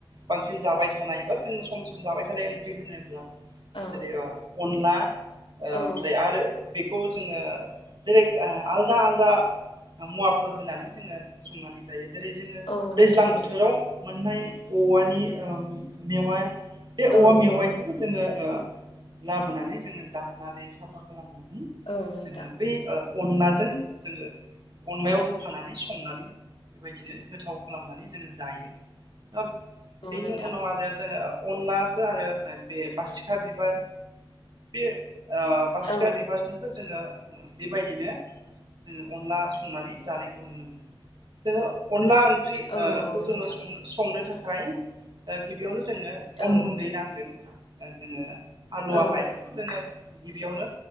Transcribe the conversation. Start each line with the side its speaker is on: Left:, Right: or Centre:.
Right: बांसिन जाबाय थानाय बा जोङो सम सम जाबाय थानाय ओंख्रि होनोब्ला
Left: औ
Right: जेरै अ अनला ओमफ्राय
Left: औ
Right: आरो बेखौ जोङो बेरेक आलदा आलदा मुवाफोर होनानै जोंङो संनानै जायो जेरै जोङो
Left: औ
Right: दैज्लां
Left: नोंथां
Right: बोथोराव मोननाय औवानि ओम मेवा बे औवा
Left: औ
Right: मेवाइखौबो
Left: औ
Right: जोङो ओ लाबोनानै जोङो दाम नानै साफा खालामनानै
Left: औ नोंथां
Right: जोङो बे ओ अनलाजों जोंङो अनलायाव होफानानै संनानै बेबायदिनो गोथाव खालामनानै जोङो जायो ओब
Left: औ
Right: बेनि
Left: नोंथां
Right: उनाव आरो जोंङो अनलाखो आरो बे बासिखा बिबार बे ओ बासिखा
Left: औ
Right: बिबारजोंबो जोङो बेबायदिनो जोंङो अनला संनानै जानायखौ नुनो मोनो। जोङो अनला ओंख्रि
Left: औ
Right: ओ
Left: औ
Right: खौ जोङो
Left: नोंथां
Right: संनो थाखाय ओ गिबियावनो जोंनो
Left: औ
Right: अन गुन्दै नांगोन ओ जोङो आलुवा
Left: औ
Right: माइरंखौ जोङो। गिबियावनो